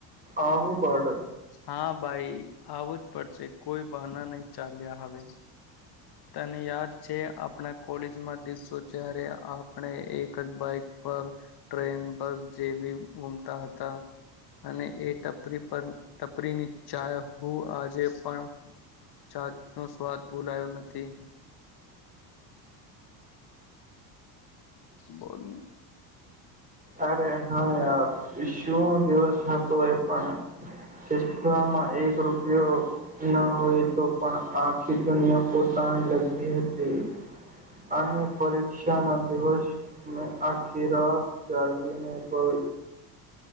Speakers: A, on the right; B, on the left.
A: આમું પાાડ
B: હા ભાઈ આવું જ પડશે કોઈ બહના નહી ચાલ્યા હવે તને યાદ છે આપણા કોલેજમાં દિવસો જય્યારે આપણે એક જ બાઈક પર ટ્રેન બસ જેવી ગુમતા હતા અને એ ટપરી પર ટપરીની ચાાય હું આજે પણ ચાચ નો સ્વાદ બોલાયો નથી બોલ
A: અરે હા યાર શું દિવસ હતો એ પણમાં એક રૂપયો ના હોય તો પણ આખી દુનિયા પોતાની લગી હતી અને પરીક્ષા ન દિવસ આખી રાત ્યો